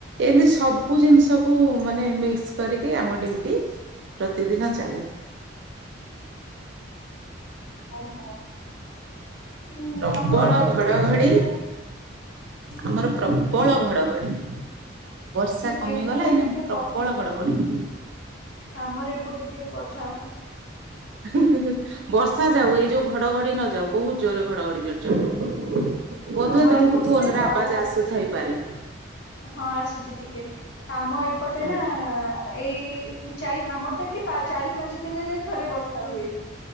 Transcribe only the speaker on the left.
ଓହୋ ହ
ଆମ ଏପଟେ
କିନ୍ତୁ
ଏପଟେ
ଟିକେ
ମୋର ଏପଟେ ଟିକେ ପଠାଅ।
ଆମର
ଏପଟେ
ନା
ଘଡ
ହଁ ଆସୁଚି ଟିକେ। ଆମ ଏପଟେ
ନା ଏଇ ଏଇ ଚାରି ପା-ଆମର ତ ଏଠି ଚାରି ପାଞ୍ଚ ଦିନରେ ଥରେ ବର୍ଷା ହୁଏ।